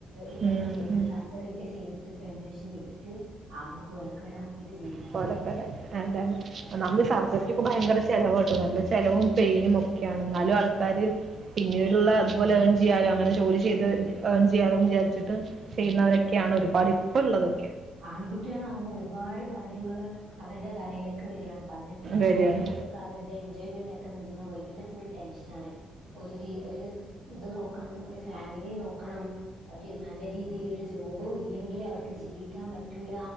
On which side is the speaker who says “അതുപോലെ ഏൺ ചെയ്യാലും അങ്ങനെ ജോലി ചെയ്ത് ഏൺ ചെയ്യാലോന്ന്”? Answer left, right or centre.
Right